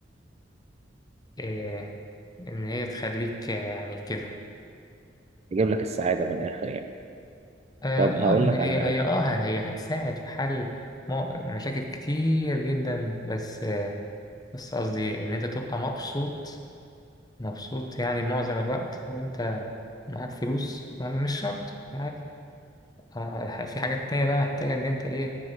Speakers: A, on the left; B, on the right.
A: آه، إن هي تخليك آه، يعني كده
B: تجيب لك السعادة من الآخر يعني
A: آه
B: طب
A: آه، يعني
B: هقول لك على
A: هي
B: حاجة
A: هي آه هي هتساعد في حل مو- مشاكل كتير جدا بس بس قصدي إن أنت تبقى مبسوط مبسوط يعني معظم الوقت وأنت معاك فلوس ما- مش شرط عادي آه، في حاجات تانية بقى محتاجة إن أنت إيه